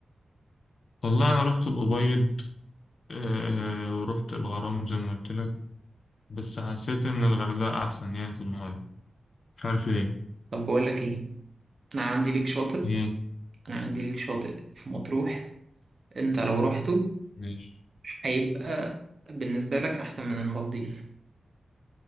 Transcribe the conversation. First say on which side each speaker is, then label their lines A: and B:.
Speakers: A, on the left; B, on the right.
A: والله أنا رحت الأبيض آه، ورحت الغرام زي ما قلت لك بس حسيت إن الغردقة أحسن يعني في المية مش عارف ليه
B: طب بقول لك إيه انا عندي ليك شاطئ
A: إيه
B: انا عندي ليك شاطئ في مطروح انت لو رحته
A: ماشي
B: هيبقى بالنسبة لك احسن من المالديف